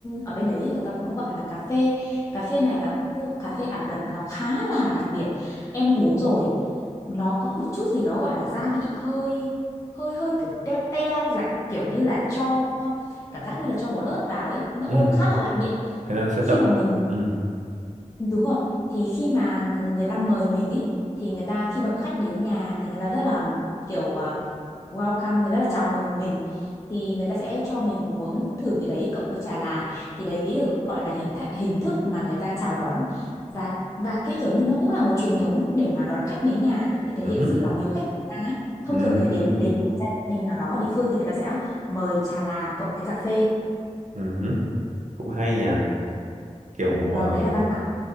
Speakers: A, on the left; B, on the right.
A: ở bên đấy ấy, người ta có một gọi là cà phê cà phê này là khu cà phê Ả Rập nó khá là đặc biệt em uống rồi nó có một chút gì đó gọi là gia vị hơi hơi hơi kiểu te te dạng kiểu như là cho cảm giác như là cho bột ớt vào ấy nó
B: Ừ,
A: uống khá là lạ miệng
B: thế là sẽ
A: khi
B: đậm.
A: mà mình
B: Ừ,
A: Đúng rồi, thì khi mà ng- người ta mời mình ý thì người ta khi mà khách đến nhà thì người ta rất là kiểu à, welcome, người rất là chào mừng mình thì người ta sẽ cho mình uống thử cái đấy cộng với trà là thì đấy được gọi là hình th hình thức mà người ta chào đón và và cái kiểu như nó cũng là một truyền thống để mà đón khách đến nhà để thể
B: ừ,
A: hiện
B: hứ,
A: sự lòng hiếu khách của người ta ấy. Thông
B: ừ,
A: thường thì đến đến một gia đình nào đó ở địa phương thì người ta sẽ mời trà là cộng với cà phê.
B: ừ, hứ. Cũng hay nhỉ. Kiểu
A: Vâng,
B: ờ,
A: đấy là văn hóa.